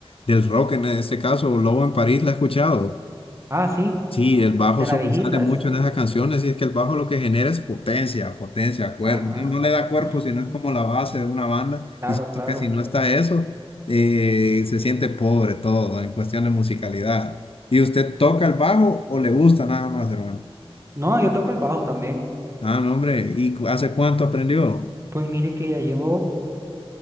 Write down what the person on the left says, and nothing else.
del rock, en este caso, Lobo en París, ¿la he escuchado?
Sí, el bajo
sobresale
mucho en esas canciones y es que el bajo lo que genera es potencia, potencia, cuerpo.
No, no le da cuerpo,
sino es como la base de una banda.
Y siento
que si no está eso, eh, se siente pobre todo en cuestión de musicalidad. ¿Y usted toca el bajo o le gusta nada más, hermano?
Ah, no, hombre. ¿Y cu- hace cuánto aprendió?